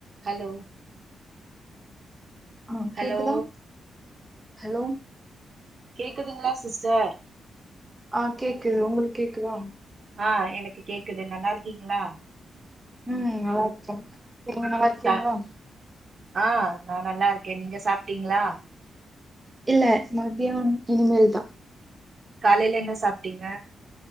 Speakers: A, on the right; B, on the right.
A: ஹலோ
B: ஆ
A: ஹலோ
B: கேக்குதா ஹலோ
A: கேக்குதுங்களா சிஸ்டர்
B: ஆ கேக்குது உங்களுக்கு கேக்குதா
A: ஆ எனக்கு கேக்குது நல்லாருக்கீங்ளா
B: உம் நல்லார்க்கேன் நீங்க நல்லார்கீங்ளா
A: ச ஆ நா நல்லா இருக்கே நீங்க சாப்ட்டீங்களா
B: இல்ல மதியோ இனிமேல்தா
A: காலைல என்ன சாப்ட்டீங்க?